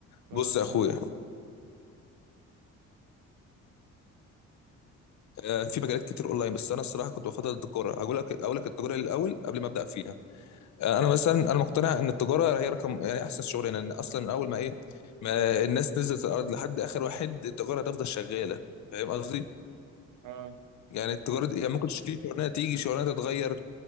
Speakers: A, on the right; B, on the left.
A: خلاص
B: بص يا اخويا
A: تمام
B: آه، في مجالات كتير اونلاين بس انا الصراحه كنت بفضل التجاره هقول لك اقول لك التجاره الاول قبل ما ابدا فيها انا مثلا انا مقتنع ان التجاره هي رقم يعني احسن شغلانه لان اصلا من اول ما ايه ما الناس نزلت الارض لحد اخر واحد التجاره هتفضل شغاله فاهم قصدي
A: اه
B: يعني التجاره دي يعني ممكن تشتري شغلانه تيجي شغلانه تتغير